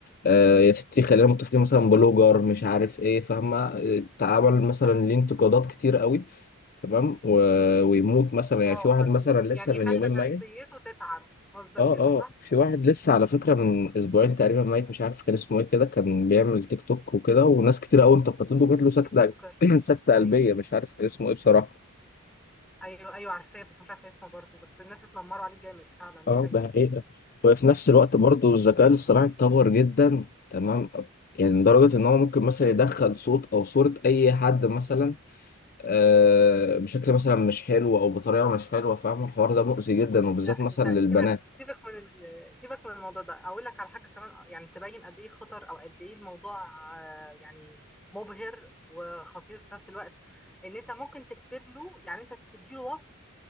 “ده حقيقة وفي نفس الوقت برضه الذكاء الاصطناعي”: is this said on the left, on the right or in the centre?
Left